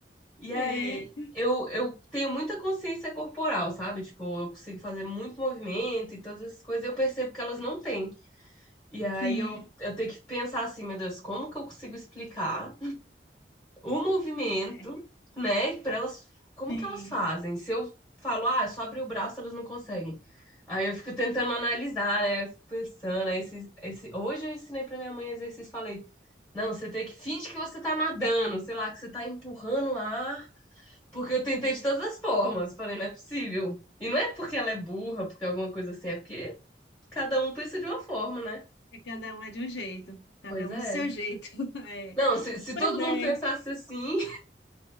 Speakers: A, in the centre; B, on the left.
A: E
B: É,
A: aí, eu, eu tenho muita consciência corporal, sabe? Tipo, eu consigo fazer muito movimento e todas essas coisas, eu percebo que elas não têm. E aí
B: Sim,
A: eu, eu tenho que pensar assim, meu Deus, como que eu consigo explicar o movimento,
B: é,
A: né? Para elas, como
B: sim.
A: que elas fazem? Se eu falo, ah, é só abrir o braço, elas não conseguem. Aí eu fico tentando analisar, né? Eu fico pensando, aí esse, esse... hoje eu ensinei para minha mãe exercício, falei, não, você tem que finge que você tá nadando, sei lá, que você tá empurrando o ar, porque eu tentei de todas as formas. Falei, não é possível. E não é porque ela é burra, porque alguma coisa assim, é porque cada um pensa de uma forma, né?
B: É, Cada um é de um jeito, cada
A: Pois
B: um
A: é,
B: do seu jeito. <laughs> É.
A: Não, se, se
B: Pois
A: todo
B: é,
A: mundo pensasse assim.